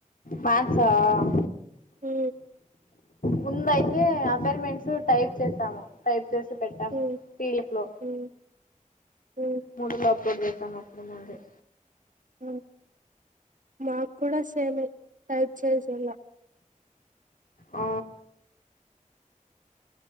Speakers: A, on the left; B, on the right.
A: మ్యాక్స్ ఆహ్
B: హ
A: ముంద అయితే అసైన్మెంట్స్ టైప్ చేస్తాము టైప్ ఉేశ పెట్టాం
B: ఉమ్,
A: పిడిఫ్ లో
B: ఉమ్, ఉమ్,
A: మూడు లో <unintelligible>
B: ఉ మకుడా సేమ్ టైప్ చే చలా
A: ఆ